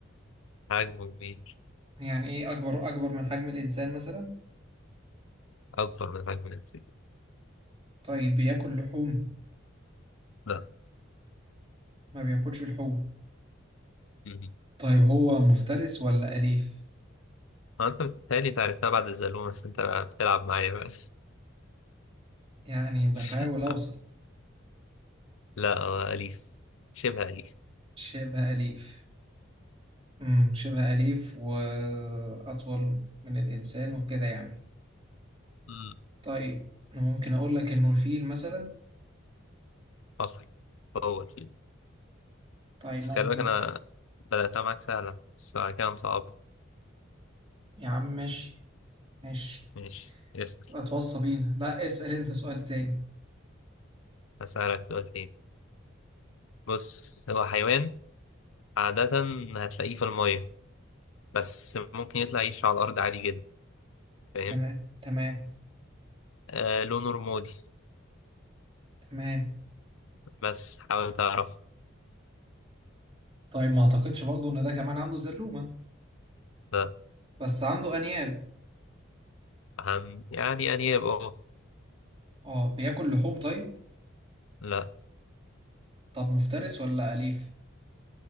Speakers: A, on the left; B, on the right.
A: <laughs> حجمه كبير
B: يعني ايه اكبر اكبر من حجم الانسان مثلا
A: أكبر من حجم الإنسان
B: طيب بياكل لحوم
A: لا
B: ما بياكلش لحوم
A: مهم.
B: طيب هو مفترس ولا أليف
A: هو أنت بتهيألي أنت عرفتها بعد الزلوم بس أنت بتلعب معايا بقى
B: يعني
A: <laughs>
B: بحاول اوصل
A: لا هو أليف شبه أليف
B: شبه أليف امم شبه أليف واطول من الانسان وكده يعني
A: مم.
B: طيب انا ممكن اقول لك انه الفيل مثلا
A: حصل هو الفيل
B: طيب
A: بس
B: ممكن
A: خلي بالك أنا بدأتها معاك سهلة بس بعد كده صعب
B: يا عم ماشي ماشي
A: ماشي اسأل
B: اتوصى بينا لا اسأل انت سؤال تاني
A: هسألك سؤال تاني بص هو حيوان عادة هتلاقيه في المية بس ممكن يطلع يعيش على الأرض عادي جدا فاهم
B: تمام تمام
A: آه لونه رمادي
B: تمام
A: بس حاول تعرف
B: طيب ما اعتقدش برضو ان ده كمان عنده زلومة
A: لا
B: بس عنده انياب
A: أهم يعني أنياب اه
B: اه بياكل لحوم طيب
A: لا
B: طب مفترس ولا اليف